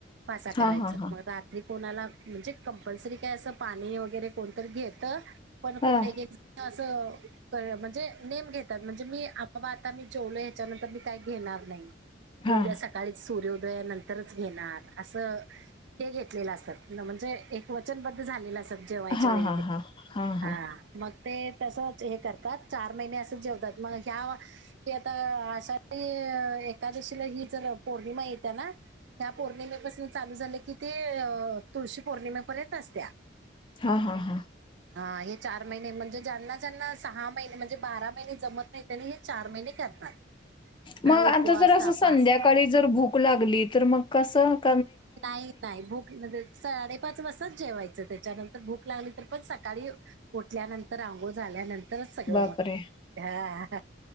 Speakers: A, on the right; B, on the left.
A: वासा करायचं.
B: हां हां हां
A: मग रात्री कोणाला - म्हणजे कंपल्सरी काय असं पाणी वगैरे कोणतरी घेत - पण
B: हां
A: कोण एक एक असं म्हण - जे नेम घेतात म्हणजे मी बाबा आता मी जेवलो ह्याच्यानंतर मी काही घेणार नाही.
B: हां
A: उद्या सकाळीच सूर्योदयानंतरच घेणार असं हे घेतलेलं असत. म्हणजे एक वचनबद्ध झालेला अस जेवायच्या
B: हां
A: वेळी
B: हां हां
A: तरी
B: हां हां
A: हा
B: हां
A: मग - ते तसच हे करतात चार महिने असं जेवतात मग ह्या क आता अशा - <unintelligible> एकादशीला ही जर पौर्णिमा येत्या ना त्या पौर्णिमेपासून चालू झाले की ते तुळशी पौर्णिमेपर्यंत असत्या -
B: हां हां हां
A: हा हे चार महिने म्हणजे ज्यांना- ज्यांना सहा महिने म्हणजे बारा महिने जमत नाही त्यांनी हे चार महिने करतात. अ,
B: मग
A: उपवास
B: आता जर अस
A: तापास
B: संध्याकाळी जर भूक लागली तर मग कस -
A: नाही- नाही भूक म्हणजे साडेपाच वाजताच जेवायच त्याच्यानंतर भूक लागली तर पण सकाळी उठल्यानंतर अंघोळ झाल्यानंतर - तरच सगळं
B: बापरे
A: ह हा